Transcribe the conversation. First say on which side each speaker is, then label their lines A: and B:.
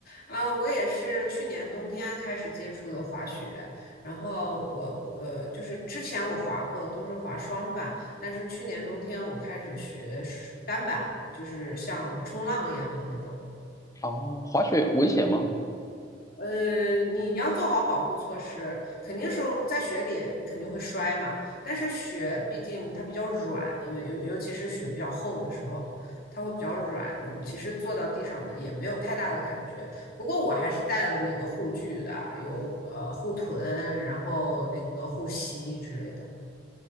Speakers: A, on the left; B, on the left.
A: 啊，我也是去年冬天开始接触的滑雪，然后我呃就是之前我滑过的都是滑双板，但是去年冬天我开始学单板，就是像冲浪一样的那种。
B: 哦，滑雪危险吗？
A: 呃，你要做好保护措施，肯定是在雪里你肯定会摔嘛。但是雪毕竟它比较软，因为尤尤其是雪比较厚的时候，它会比较软。你其实坐到地上呢也没有太大的感觉。不过我还是带了那个护具的，有呃护臀，然后那个护膝之类的。